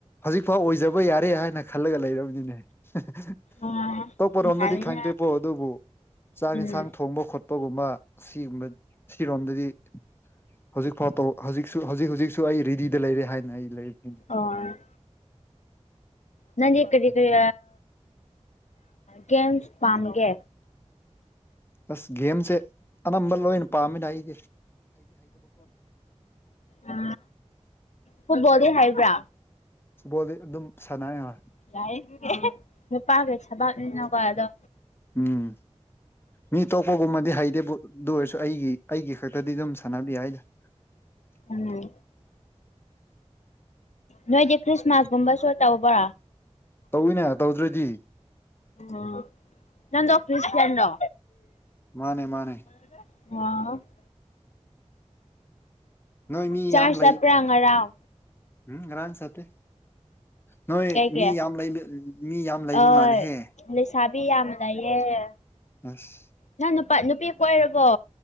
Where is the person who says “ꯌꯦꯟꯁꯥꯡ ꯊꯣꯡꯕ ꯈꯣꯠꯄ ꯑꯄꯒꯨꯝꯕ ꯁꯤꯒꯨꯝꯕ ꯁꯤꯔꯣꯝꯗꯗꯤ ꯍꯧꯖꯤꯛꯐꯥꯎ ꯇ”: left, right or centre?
Left